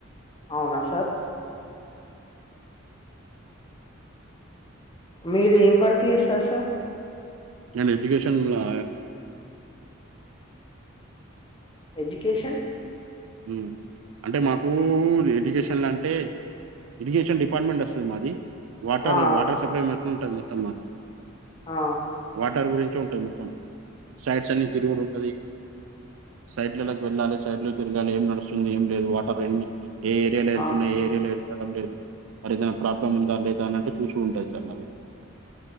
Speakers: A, on the left; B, on the right.
A: అవునా సార్ మీరు ఏం వర్క్ చేస్తారు సార్
B: అండ్ ఎడ్యుకేషన్ ల
A: ఎజ్యుకేషన్
B: ఉమ్ అంటే మాకు ఎడ్యుకేషన్లంటే ఏడ్యూకేషన్ డిపార్ట్మెంట్ వస్తది మాది వాటర్
A: ఆ
B: వాటర్ సప్లై మెత్త ఉంటది మొత్తం మాది
A: ఆ
B: వాటర్ గురించె ఉంటది మొత్తం సైట్స్ అన్ని తిరుగుడుంటది సైట్లళ్లక్ వెళ్ళాలి సైట్లో తిరగాలి ఏం నడుస్తుంది ఏం లేదు వాటర్ ఎన్ని ఎ ఏరియాల ఎంతున్నాయ్
A: ఆ
B: ఏరియాలో ఎళ్త పర్లేదు మరి ఏదైనా ప్రాబ్లం ఉందా లేదా అన్నట్టు చూస్డ్ ఉంటాది సార్ నాకు